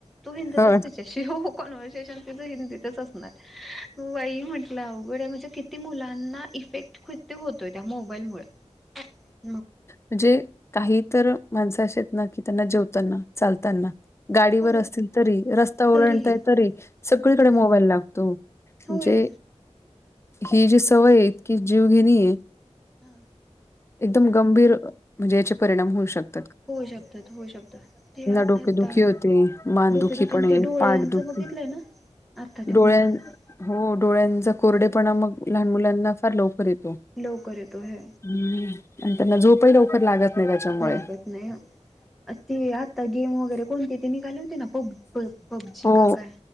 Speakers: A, in the centre; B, on the left.
A: तू हिंदीतच
B: हो
A: तिच्याशी हो कन्व्हर्सेशन तिझ हिंदीतच असणार. वाई म्हंटलं अवघड म्हणजे किती मुलांना इफेक्ट कती होतोय त्या मोबाईल मूळ. अ
B: म्हणजे काही तर माणस अशे आहेत ना की त्यांना जेवताना चालताना गाडीवर
A: हो
B: असतील तरी रस्ता ओलांडताय
A: तरीही
B: तरी सगळीकडे
A: हम्म
B: मोबाईल लागतो. म्हणजे
A: होय.
B: ही जी सवय आहे, ती जीवघेणी आहे.
A: हा
B: एकदम गंभीर म्हणजे याचे परिणाम होऊ शकत.
A: होऊ शकतात होऊ शकतात ते आतातता
B: डोकेदुखी होते मानदुखी
A: डोकेदुकेन
B: पण
A: ते
B: आहे
A: डोळे
B: पाठदुखी
A: यांच बघ बघितलं ना? आता त्या
B: डोळ्यां
A: मुलांना
B: हो डोळ्यांचा कोरडेपणा मग लहान मुलांना फार लवकर लवकर येतो
A: लवकर येतो हे
B: हम आणि त्यांना झोपही लवकर लागत नाही. त्याच्यामुळे
A: लागत नाही ते आता गेम वगैरे कोणते ते निघाले होती ना पब पबजी
B: हो
A: की काय